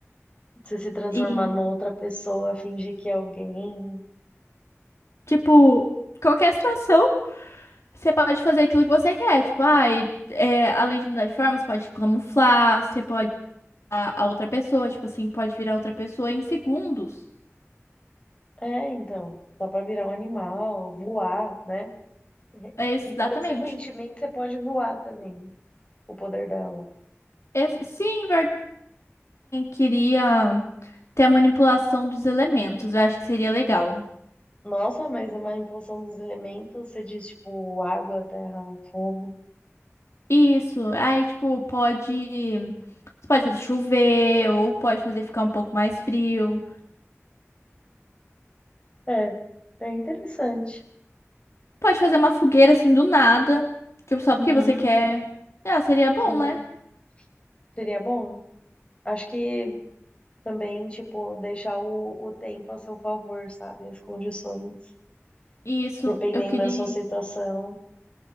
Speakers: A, on the left (about 25°); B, on the left (about 70°).
A: Você se transformar
B: E,
A: numa outra pessoa, fingir que é alguém.
B: tipo, qualquer situação, você pode fazer aquilo que você quer. Tipo, ai, é, além de mudar de forma, você pode camuflar, você pode virar a outra pessoa, tipo assim, pode virar outra pessoa em segundos.
A: É, então. Dá pra virar um animal, voar, né? E,
B: É, exatamente.
A: e, Consequentemente, você pode voar também. o poder dela.
B: Esse- sim, verdade, queria ter a manipulação dos elementos, eu acho que seria legal.
A: Nossa, mas a manipulação dos elementos, você diz tipo água, terra, fogo.
B: Isso, aí tipo, pode. Você pode fazer chover, ou pode fazer ficar um pouco mais frio.
A: É, é interessante.
B: Pode fazer uma fogueira assim do nada. Tipo, só
A: Uhum.
B: porque você quer. Ah, seria bom,
A: Sim,
B: né?
A: seria bom. Acho que também, tipo, deixar o, o tempo a seu favor, sabe? As condições.
B: Isso,
A: Dependendo
B: eu queria.
A: da sua situação.